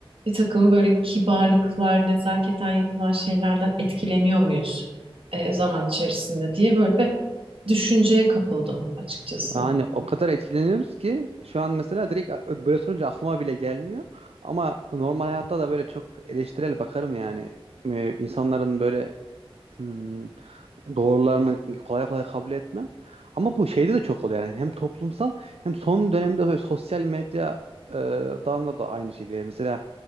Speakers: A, on the right; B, on the right.
A: bir takım böyle kibarlıklar, nezaketen yapılan şeylerden etkileniyor muyuz e, zaman içerisinde diye böyle bir düşünceye kapıldım açıkçası.
B: yani o kadar etkileniyoruz ki şu an mesela direkt a- böyle sorunca aklıma bile gelmiyor. Ama normal hayatta da böyle çok eleştirel bakarım yani. E, insanların böyle hmm, doğrularını kolay kolay kabul etmem. Ama bu şeyde de çok oluyor yani hem toplumsal hem son dönemde sosyal medya e, dan da da aynı şekilde. Mesela